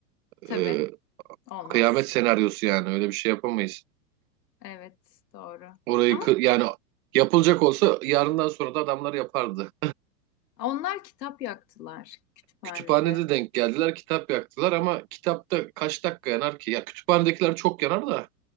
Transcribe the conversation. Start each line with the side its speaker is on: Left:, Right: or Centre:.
Left: Tabii
Right: E,
Left: olmaz.
Right: Kıyamet senaryosu yani öyle bir şey yapamayız.
Left: Evet doğru.
Right: Orayı
Left: Ama
Right: kı- yani yapılacak olsa yarından sonra da adamlar yapardı.
Left: onlar kitap yaktılar kütüphanede.
Right: Kütüphanede denk geldiler kitap yaktılar ama kitapta kaç dakika yanar ki? Ya kütüphanedekiler çok yanar da